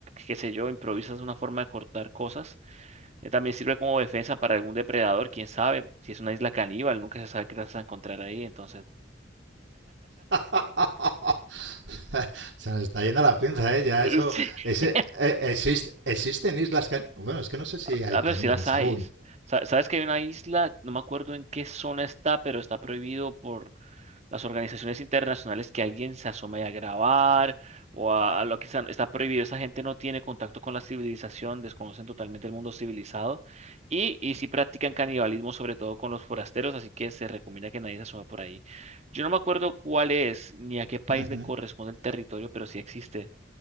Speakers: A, on the right; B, on the right.
A: qué sé yo, improvisas una forma de cortar cosas. que también sirve como defensa para algún depredador, quién sabe, si es una isla caníbal, nunca se sabe qué las vas a encontrar ahí, entonces,
B: <laughs> Se nos está yendo la pinza, ¿eh? Ya
A: eh,
B: eso...
A: sí,
B: Ese,
A: <laughs>
B: eh, exist- existen islas... can- Bueno, es que no sé si
A: ah,
B: hay caníbales
A: pero sí las hay.
B: aún.
A: Sa- Sabes que hay una isla, no me acuerdo en qué zona está, pero está prohibido por las organizaciones internacionales que alguien se asome a grabar o a, a lo que sea, está prohibido. Esa gente no tiene contacto con la civilización, desconocen totalmente el mundo civilizado y, y sí practican canibalismo, sobre todo con los forasteros, así que se recomienda que nadie se asome por ahí. Yo no me acuerdo cuál es ni a qué país
B: Ujú.
A: le corresponde el territorio, pero sí existe.